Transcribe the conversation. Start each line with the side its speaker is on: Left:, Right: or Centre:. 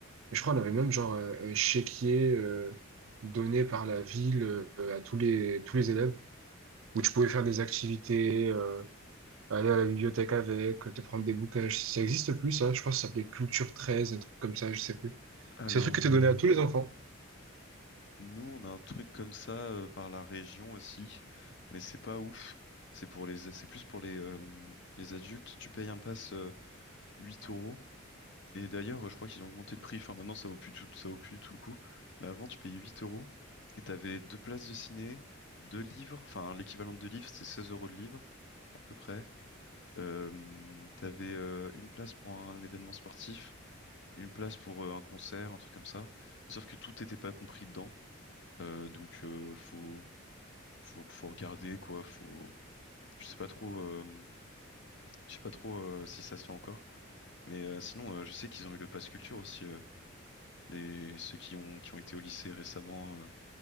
Right: Et je crois qu'on avait même genre un, un chéquier euh, donné par la ville euh, à tous les, tous les élèves, où tu pouvais faire des activités, euh, aller à la bibliothèque avec, te prendre des bouquins. Ça existe plus, ça. Je crois que ça s'appelait Culture 13, un truc comme ça, je sais plus.
Left: Alors,
Right: C'est un truc qui était
Left: euh,
Right: donné à tous les enfants.
Left: nous, on a un truc comme ça euh, par la région aussi, mais c'est pas ouf. C'est pour les, c'est plus pour les, euh, les adultes. Tu payes un pass euh, 8 euros Et d'ailleurs, je crois qu'ils ont augmenté le prix. Enfin, maintenant, ça vaut plus tout, ça vaut plus du tout le coup. Mais avant, tu payais 8 euros et t'avais deux places de ciné, deux livres. Enfin, l'équivalent de deux livres, c'est 16 euros de livre, à peu près. Euh, t'avais euh, une place pour un événement sportif, une place pour euh, un concert, un truc comme ça. Mais sauf que tout n'était pas compris dedans. Euh, donc, euh, faut, faut, faut regarder quoi. Faut, je sais pas trop, euh, je sais pas trop euh, si ça se fait encore. Mais euh, sinon, euh, je sais qu'ils ont eu le pass culture aussi. euh, Les, ceux qui ont, qui ont été au lycée récemment, euh,